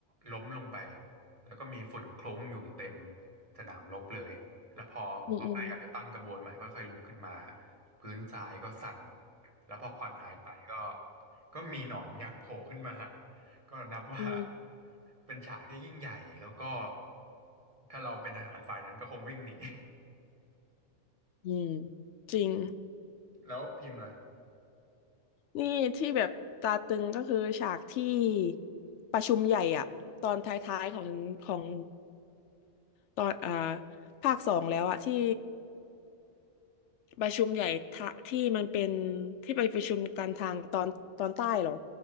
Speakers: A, on the right (about 30°); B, on the left (about 80°).
A: ล้มลงไป แล้วก็มีฝุ่นคลุ้งอยู่เต็มสนามรบเลย แล้วพอเขาพยายามจะตั้งกระบวนใหม่ค่อยๆลุกขึ้นมา
B: อืมอืม
A: พื้นทรายก็สั่น แล้วพอควันหายไปก็ก็มีหนอนยักษ์โผล่ขึ้นมา ก็นับว่า
B: อืมอืม
A: เป็นฉากที่ยิ่งใหญ่ แล้วก็ถ้าเราเป็นทหารฝ่ายนั้นก็คงวิ่งหนี
B: อืมจริง
A: <laughs> แล้วพิมพ์ล่ะ
B: นี่ที่แบบตาตึงก็คือฉากที่ประชุมใหญ่อ่ะตอนท้ายๆของของตอนอ่าภาคสองแล้วอ่ะที่ประชุมใหญ่ทะที่มันเป็นที่ไปประชุมกันทางตอนตอนใต้เหรอ